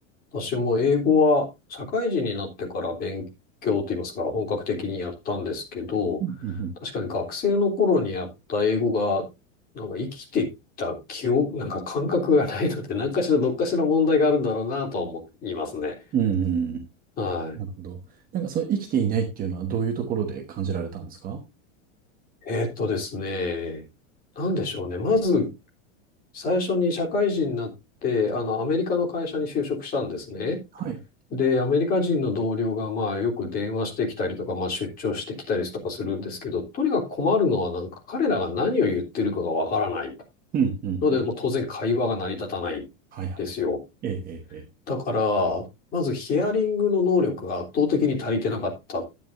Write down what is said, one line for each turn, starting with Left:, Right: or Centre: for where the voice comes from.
Left: 私も英語は社会人になってから勉強といいますか、本格的にやったんですけど、
Right: うんうんう
Left: 確かに学生の頃にやった英語が、なんか生きてきた記憶、なんか感覚がないので、何かしらどっかしら問題があるんだろうなとは思いますね。
Right: ん。うん
Left: はい。
Right: なるほど。なんかその生きていないっていうのはどういうところで感じられたんですか
Left: えーっとですね。なんでしょうね。まず、最初に社会人になって、あの、アメリカの会社に就職したんですね。
Right: はい。
Left: で、アメリカ人の同僚が、まあ、よく電話してきたりとか、まあ、出張してきたりとかするんですけど、とにかく困るのは、なんか、彼らが何を言ってるかがわからない。
Right: うんうんうん。
Left: ので、もう当然会話が成り立たないですよ。
Right: はいはい。ええええ。ええ
Left: だから、まずヒアリングの能力が圧倒的に足りてなかったっ